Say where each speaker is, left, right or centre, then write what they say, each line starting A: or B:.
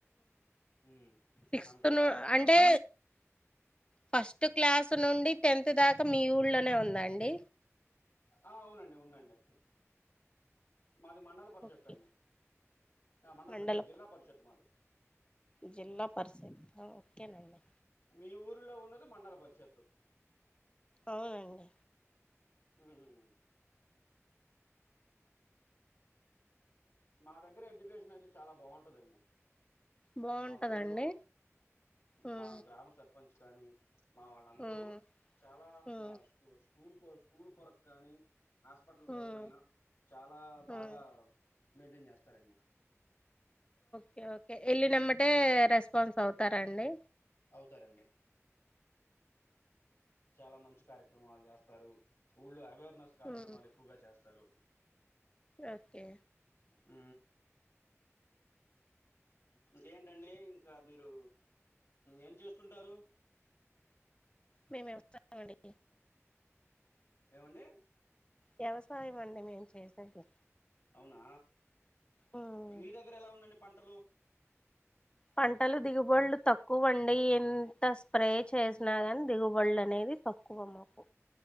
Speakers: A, on the left (about 60°); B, on the left (about 20°).
A: ఉమ్
B: సిక్స్త్
A: అంతటా
B: ను అంటే ఫస్ట్ క్లాస్ నుండి టెన్త్ దాకా మీ ఊళ్లోనే ఉందా అండి
A: ఆ అవునండి ఉందండి మాది మండల పరిషత్
B: ఓకే
A: అండి మండల్
B: మండలం
A: కాదు జిల్లా పరిషత్ మాది
B: జిల్లా పరిషత్ ఓకేనండి
A: మీ ఊరిలో ఉన్నది మండల పరిషత్తు
B: అవునండి
A: ఉమ్ మా దగ్గర ఎడ్యుకేషన్ అయితే చాలా బాగుంటుందండి
B: బాగుంటదండి
A: మా ఊర్లో
B: ఉమ్
A: మా గ్రామ సర్పంచ్ కానీ మా వాళ్ళందరూ
B: ఉమ్
A: చాలా
B: ఉమ్
A: మా స్కూ స్కూల్ స్కూల్ కొరకు కానీ హాస్పిటల్
B: ఉమ్
A: కోసం అయినా చాలా బాగా
B: ఉమ్
A: మెయింటైన్ చేస్తారండి
B: ఓకే ఓకే వెళ్ళిినమ్మటే రెస్పాన్స్ అవుతారంండి
A: అవుతారండి చాలా మంచి కార్యక్రమాలు చేస్తారు ఊళ్ళ అవేర్నెస్ కార్యక్రమాలు
B: ఉమ్
A: ఎక్కువగా చేస్తారు స్రుూప్
B: ఓకే
A: ఆ ఇంకేంటండి ఇంకా మీరు ఏం చేస్తుంటారు
B: మేముేస్తున్నామ అండి
A: ఏమండి
B: వ్యవసాయం అండి మేము చేసరిే
A: అవునా
B: ఉమ్
A: మీ దగ్గర ఎలా ఉందండి పంటలు
B: పంటలు దిగుబడులు తక్కువండి ఎంత స్ప్రే చే కృణగన్ దిగుబళ్ళ అనేది పక్కువ మాకు